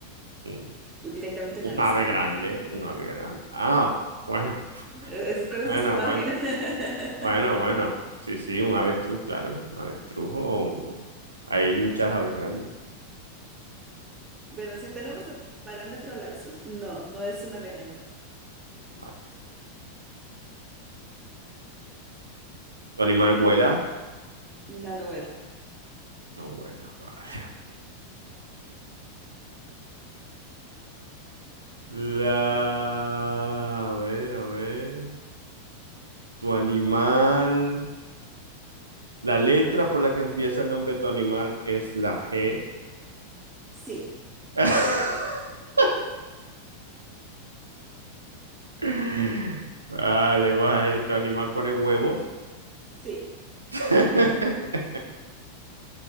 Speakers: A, on the right (about 75°); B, on the right (about 20°).
A: Un,
B: o directamente una
A: un
B: avestruz.
A: ave grande, un ave grande. Ah, bueno,
B: Es- ¿Cuál es
A: bueno,
B: nuestro margen?
A: bueno,
B: <laughs>
A: bueno, bueno. Sí, sí, un avestruz, claro. Un avestruz o... Hay muchas aves grandes.
B: Bueno, si tenemos el parámetro del avestruz, no, no es un ave grande.
A: Vale. ¿Tu animal vuela?
B: No, no vuela.
A: No vuela. Vale. <laughs> La... A ver, a ver. Tu animal... La letra por la que empieza el nombre de tu animal es la G.
B: Sí,
A: <laughs> <laughs> Vale, vale, tu animal pone huevos.
B: sí,
A: <laughs>